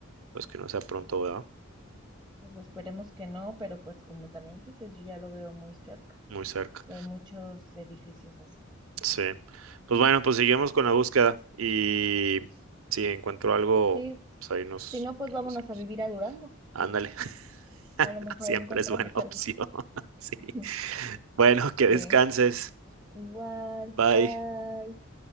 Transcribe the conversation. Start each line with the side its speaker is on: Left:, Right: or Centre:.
Right: pues que no sea pronto, ¿verdad?
Centre: pues esperemos que no, pero pues como también dices, yo ya lo veo muy cerca
Right: Muy cerca.
Centre: y hay muchos edificios así.
Right: Sí. Pues bueno, pues seguimos con la búsqueda y si encuentro algo,
Centre: Sí,
Right: pues ahí nos
Centre: si no, pues vámonos
Right: nos vemos.
Centre: a vivir a Durango.
Right: Ándale, <laughs>
Centre: A lo mejor
Right: siempre
Centre: ahí encontramos
Right: es buena opción.
Centre: algo.
Right: <laughs> Sí.
Centre: <laughs>
Right: Bueno, que
Centre: Sí,
Right: descanses.
Centre: igual,
Right: Bye.
Centre: bye.